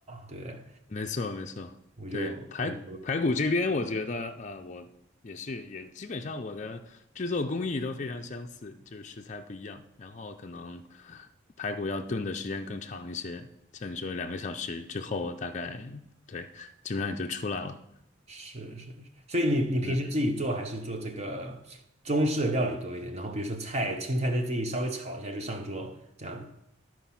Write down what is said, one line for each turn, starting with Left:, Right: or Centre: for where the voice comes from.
Right: 对不对？
Left: 没错，没错。
Right: 我就我就
Left: 对，排排骨这边，我觉得，呃，我也是，也基本上我的制作工艺都非常相似，就是食材不一样，然后可能排骨要炖的时间更长一些，像你说两个小时之后，大概对，基本上也就出来了。
Right: 是是是，所以你你平时自己做还是做这个中式的料理多一点？
Left: 嗯。
Right: 然后比如说菜，青菜再自己稍微炒一下就上桌这样。